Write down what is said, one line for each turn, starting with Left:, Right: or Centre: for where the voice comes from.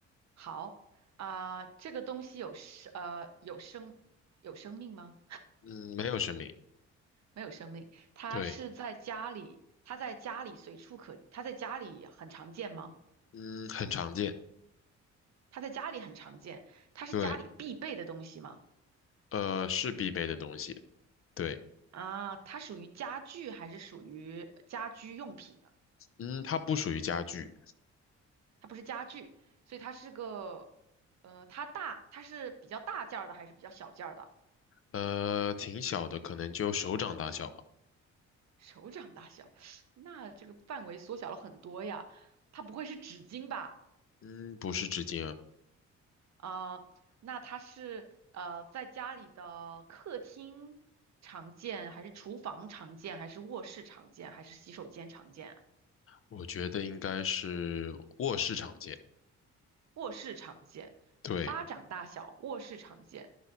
Right: 好啊，这个东西有生呃有生有生命吗？
Left: 嗯，没有生命。
Right: 没有生命，它是在家里，
Left: 对，
Right: 它在家里随处可，它在家里很常见吗？
Left: 嗯，很常见。
Right: 它在家里很常见，它是家里必备的东西吗？
Left: 对，呃，是必备的东西。对，
Right: 啊，它属于家具还是属于呃家居用品？啊？
Left: 嗯，它不属于家具。
Right: 它不是家具，所以它是个，呃，它大，它是比较大件儿的还是比较小件儿的？
Left: 呃，挺小的，可能就手掌大小吧。
Right: <laughs> 手掌大小，<sucks teeth> 那这个范围缩小了很多呀。它不会是纸巾吧？
Left: 嗯，不是纸巾啊，
Right: 啊、那它是呃，在家里的客厅常见，还是厨房常见，还是卧室常见，还是洗手间常见啊？
Left: 我觉得应该是卧室常见。
Right: 卧室常见，
Left: 对，
Right: 巴掌大小，卧室常见，